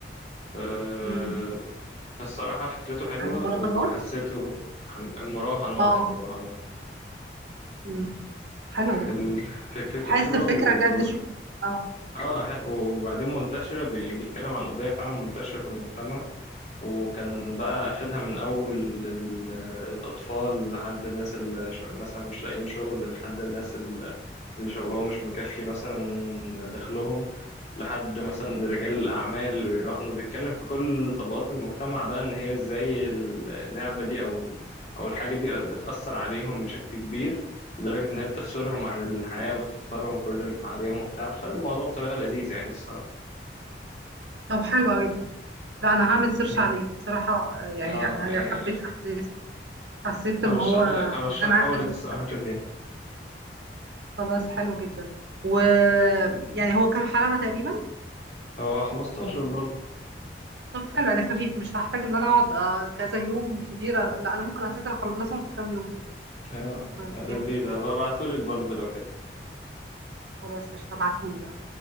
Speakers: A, on the left; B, on the right.
A: آه
B: امم
A: فالصراحه فكرته حلوه
B: عايز مراهنات
A: وحسيته عن- المراهنات
B: اه
A: المراهنات
B: امم حلو ده
A: ال- فكرته
B: حاسس
A: حلوة
B: الفكره
A: و
B: جد شويه اه
A: اه حلو وبعدين منتشرة بي- بيتكلم عن قضية فعلا منتشرة في المجتمع وكان بقى أخدها من أول ال- الأطفال لحد الناس اللي ش- مثلا مش لاقيين شغل لحد الناس اللي شغلهم مش مكفي مثلا دخلهم لحد مثلا رجال الأعمال اللي بيراهنوا بيتكلم في كل طبقات المجتمع بقى إن هي إزاي اللعبة دي أو أو الحاجة دي بتأثر عليهم بشكل كبير لدرجة إن هي بتفصلهم عن الحياة وبتخسرهم كل اللي حواليهم وبتاع فده الموضوع بطريقة لذيذة يعني الصراحة
B: طب حلو قوي ده لا انا هعمل سيرش
A: مم.
B: عليه بصراحه آه، يعني
A: اه
B: آه،
A: يعني
B: حبيت احداثه حسيت ان
A: أرشح
B: هو ان
A: لك أرشحه
B: انا عايزه
A: لك
B: اشوف
A: الصراحة تشوفيه
B: خلاص حلو جدا ويعني هو كام حلقة تقريبا
A: هو 15 برضه
B: طب حلو يعني خفيف مش هحتاج ان انا اقعد آه، كذا يوم كتير لا انا ممكن اساسا اخلصهم في كام يوم كده
A: اه
B: طيب جامد
A: لذيذ هبقى أبعتهولك برضه لو كده
B: خلاص قشطة ابعتهولي بقى